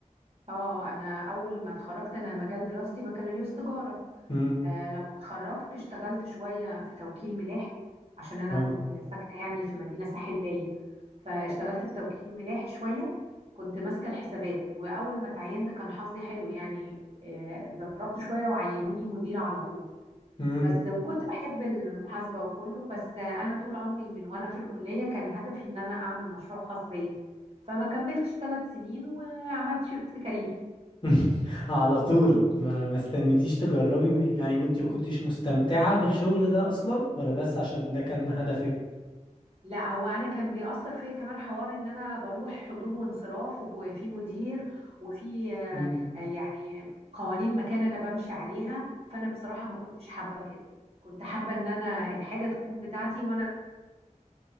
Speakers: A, on the right; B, on the left.
A: اه أنا أول ما اتخرجت أنا مجال دراستي بكالوريوس تجارة
B: مم.
A: آه، لما اتخرجت اشتغلت شوية في توكيل ملاحي عشان أنا
B: اه
A: كنت ساكنة يعني في مدينة ساحلية فاشتغلت في توكيل ملاحي شوية كنت ماسكة الحسابات وأول ما تعينت كان حظي حلو يعني آه، اتدربت شوية وعينوني مديرة على طول
B: مم.
A: بس وكنت بحب المحاسبة وكله بس آه، أنا طول عمري من وأنا في الكلية كان هدفي إن أنا أعمل مشروع خاص بيا فما كملتش ثلاث سنين وعملت شيفت كارير
B: <laughs> على طول ما ما استنيتيش تجربي م- يعني ما انت ما كنتيش مستمتعة بالشغل ده اصلا ولا بس عشان ده كان هدفك
A: لا هو انا كان بيأثر فيا كمان حوار ان انا بروح حضور وانصراف وفي مدير وفي آه،
B: <laughs>
A: آه، يعني قوانين مكان انا بمشي عليها فانا بصراحة ما كنتش حابة كده كنت حابة ان انا الحاجة تكون بتاعتي وانا